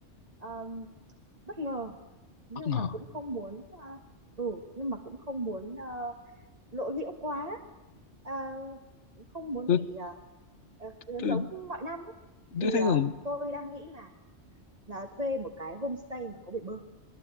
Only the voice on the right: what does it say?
ờ, bất ngờ nhưng
mà cũng không muốn ờ, ừ nhưng mà cũng không muốn ờ, lộ liễu quá à, không muốn
bị à, à,
giống mọi năm ấy. thì
à,
tôi đang nghĩ là là thuê một cái homestay mà có bể bơi